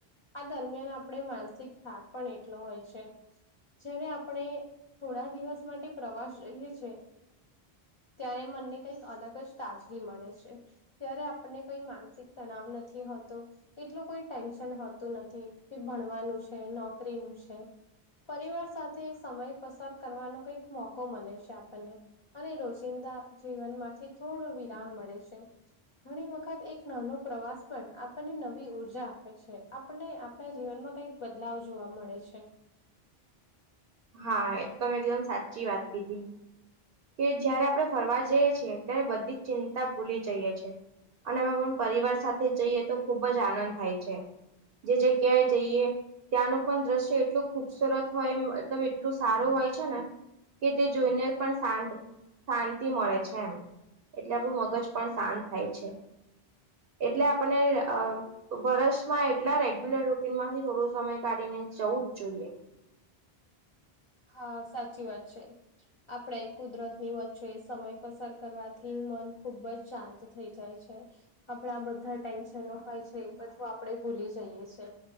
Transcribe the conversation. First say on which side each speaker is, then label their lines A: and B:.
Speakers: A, on the left; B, on the right.
A: આ દરમિયાન આપડે માનસિક થાક પણ એટલો હોય છે. જ્યારે આપણે થોડા દિવસ માટે પ્રવાસ જઈએ છે. ત્યારે મન ને કઈક અલગ જ તાજગી મળે છે ત્યારે આપણને કોઈ માન સીક તણાવ નથી હોતો એટલું કોઈ ટેન્શન હોતું નથી કે ભણવાનું છે નોકરીનું છે પરિવાર સાથે સમય પસાર કરવાનો કઈક મોકો મલે છે આપણને અને રોજિંદા જીવનમાંથી થોડો વિરામ મળે છે ઘણી વખત એ નાનો પ્રવાસ પણ આ આપણને નવી ઉર્જા આપે છે આપને આપણા જીવનમાં કઈક બદલાવ જોવા મળે છે.
B: હા તમે એકદમ સાચી વાત કીધી કે જયારે આપણે ફરવા જઈએ છીએ ત્યારે બધી જ ચિંતા ભૂલી જઈએ છીએ. અને એમાં પણ પરિવાર સાથે જઈએ તો ખુબ આનંદ થાય છે. જે જગ્યાએ જઈએ ત્યાંનું પણ દ્રશ્ય એટલું ખુબસુરત હોય મતલબ એટલું સારું હોય છે ને કે તે જોઈને પણ શાંત શાંતિ મળે છે એમ એટલે આપણું મગજ પણ શાંત થાય છે. એટલે આપને અ વર્ષમાં એટલા રેગ્યુલર રૂટીનમાંથી થોડો સમય કાઢીને જવું જ જોઈએ.
A: હા સાચી વાત છે. આપણે કુદરત ની વચ્ચે સમય પસાર કરવાથી મન ખુબ જ શાંત થઈ જાય છે. આપડા આ બધા ટેન્શનો હોય છે એ બધું આપણે ભૂલી જઈએ છે.